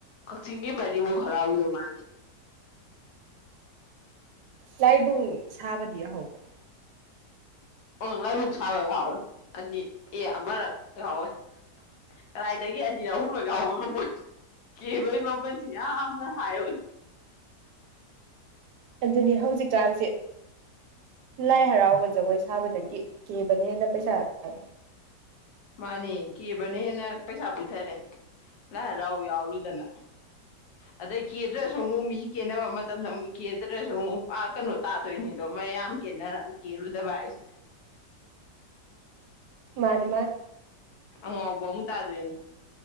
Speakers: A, on the left; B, on the right.
A: ꯀꯛꯆꯤꯡꯒꯤ ꯃꯔꯤꯃꯨꯛ ꯍꯔꯥꯎꯈꯤꯕ ꯃꯥꯜꯂꯦ꯫
B: ꯂꯥꯏꯕꯨꯡ ꯁꯥꯕꯗꯤ ꯌꯥꯍꯧꯕꯔꯣ?
A: ꯑꯣ ꯂꯥꯏꯕꯨꯡ ꯁꯥꯕ ꯌꯥꯎꯋꯦ ꯑꯅꯤ ꯑꯦ ꯑꯃꯔꯛ ꯌꯥꯎꯋꯤ ꯀꯗꯥꯏꯗꯒꯤ ꯑꯅꯤꯔꯛ ꯀꯔꯥꯏꯗꯒꯤ ꯑꯍꯨꯝꯂꯛ ꯌꯥꯎꯕ ꯉꯝꯃꯣꯏ ꯀꯦꯕꯒꯤ ꯃꯃꯜꯁꯤ ꯌꯥꯝꯅ ꯍꯥꯏꯌꯦ꯫
B: ꯑꯗꯨꯅꯤ ꯍꯧꯖꯤꯛꯀꯥꯟꯁꯦ ꯂꯥꯏ ꯍꯔꯥꯎ ꯖꯒꯣꯏ ꯁꯥꯕꯗꯒꯤ ꯀꯕꯅꯦ ꯍꯦꯟꯅꯥ ꯄꯩꯁꯥ ꯇ
A: ꯃꯥꯅꯦ ꯀꯦꯕꯅ ꯍꯦꯟꯅ ꯄꯩꯁꯥ ꯄꯨꯊꯔꯦ ꯂꯥꯏ ꯍꯔꯥꯎ ꯌꯥꯎꯔꯨꯗꯅ ꯑꯗꯩ ꯀꯦꯗ꯭ꯔꯁꯨ ꯑꯃꯨꯛ ꯃꯤ ꯀꯦꯟꯅꯕ ꯃꯇꯝꯗ ꯑꯃꯨꯛ ꯀꯦꯗ꯭ꯔꯁꯨ ꯑꯃꯨꯛ ꯀꯩꯅꯣ ꯇꯥꯗꯣꯏꯅꯤꯗꯣ ꯃꯌꯥꯝ ꯀꯦꯟꯅꯔꯒ ꯀꯦꯜꯇꯨꯗꯕ ꯍꯥꯏꯁꯦ
B: ꯃꯥꯅꯤ - ꯃꯥꯅꯤ꯫
A: ꯑꯉꯥꯎꯕ ꯑꯃꯨꯛ ꯇꯥꯗꯣꯏꯅꯤ꯫